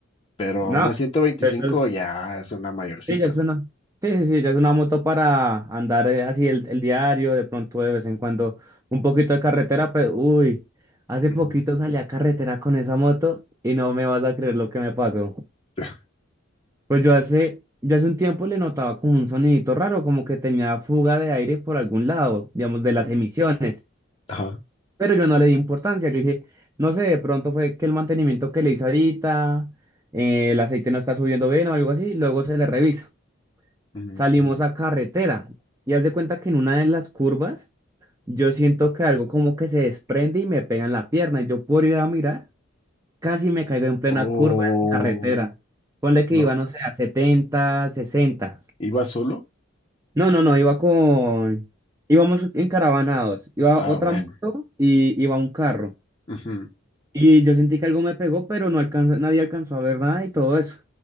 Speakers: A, on the left (about 25°); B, on the right (about 15°).
A: pero
B: no,
A: una 125
B: eso es-
A: ya es una mayorcita.
B: sí, ya es una, sí, sí, sí, ya es una moto para andar eh, así el, el diario, de pronto de vez en cuando un poquito de carretera, pero uy, hace
A: Ujú,
B: poquito salí a carretera con esa moto y no me vas a creer lo que me pasó.
A: <laughs>
B: Pues yo hace, yo hace un tiempo le notaba como un sonidito raro, como que tenía fuga de aire por algún lado, digamos,
A: ujú,
B: de las emisiones,
A: Ajá.
B: pero yo no le di importancia, yo dije, no sé, de pronto fue que el mantenimiento que le hizo ahorita, eh, el aceite no está subiendo bien o algo así, luego se le revisa.
A: ujú.
B: Salimos a carretera y haz de cuenta que en una de las curvas yo siento que algo como que se desprende y me pega en la pierna y yo por ir a mirar casi me caigo en plena
A: Oh,
B: curva en carretera. Ponle que
A: no.
B: iba, no sé, a 70, 60.
A: ¿Iba solo?
B: No, no, no, iba con... Íbamos encaravanados. Iba
A: Ah,
B: otra
A: bueno.
B: moto y iba un carro.
A: ujú,
B: Y yo sentí que algo me pegó, pero no alcanza, nadie alcanzó a ver nada y todo eso.